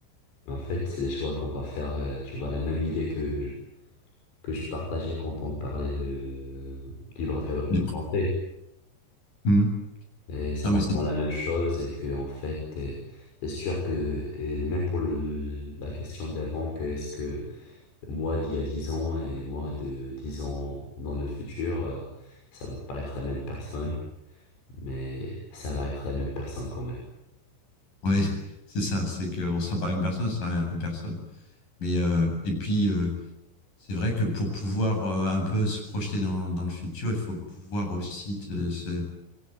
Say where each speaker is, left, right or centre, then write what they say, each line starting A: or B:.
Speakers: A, on the left; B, on the left.
A: En fait, c'est les choix qu'on va faire, euh, tu vois, la même idée que je, que je partageais quand on parlait de euh, libre vol-
B: du-
A: volonté.
B: hmm.
A: Et ça
B: Non,
A: reprend
B: mais c'est
A: la même chose et que, en fait, euh, c'est sûr que, et même pour le- la question d'avant, que est-ce que moi d'il y a 10 ans et moi de 10 ans dans le futur, euh, ça va pas être la même personne, mais ça va être la même personne quand même.
B: ouais, <laughs> c'est ça, c'est qu'on ne sera pas la même personne, on sera la même personne. Mais, euh, et puis, euh, c'est vrai que pour pouvoir euh, un peu se projeter dans, dans, le futur, il faut pouvoir aussi te, se,